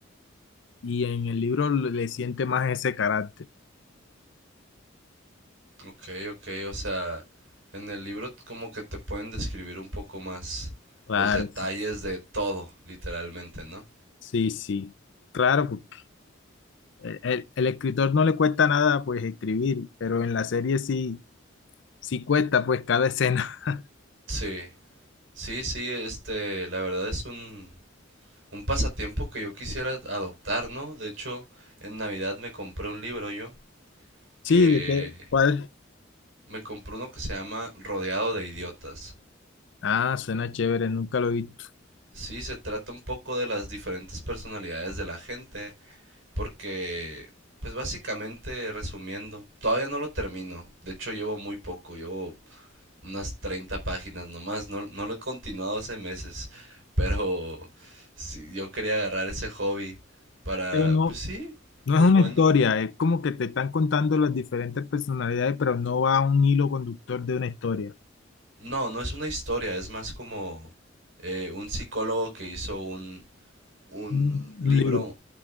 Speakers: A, on the left; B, on the right.
A: y en el libro le le siente más ese carácter.
B: Ok, ok, o sea, en el libro como que te pueden describir un poco más
A: Claro,
B: los detalles de todo, literalmente, ¿no?
A: sí, sí. Claro, porque el, el- el escritor no le cuesta nada pues escribir, pero en la serie sí, sí cuesta pues cada escena. <laughs>
B: Sí, sí, sí, este, la verdad es un, un pasatiempo que yo quisiera adoptar, ¿no? De hecho, en Navidad me compré un libro yo
A: Sí,
B: que
A: ¿de qué? ¿Cuál?
B: me compré uno que se llama Rodeado de Idiotas.
A: Ah, suena chévere, nunca lo he visto.
B: Sí, se trata un poco de las diferentes personalidades de la gente, porque, pues básicamente, resumiendo, todavía no lo termino. De hecho, llevo muy poco, llevo unas 30 páginas nomás, no, no lo he continuado hace meses, <laughs> pero sí, yo quería agarrar ese hobby para,
A: Pero no,
B: pues sí,
A: No
B: es
A: es una
B: bueno.
A: historia, es como que te están contando las diferentes personalidades, pero no va a un hilo conductor de una historia.
B: No, no es una historia, es más como eh, un psicólogo que hizo un, un
A: Un,
B: libro
A: un libro.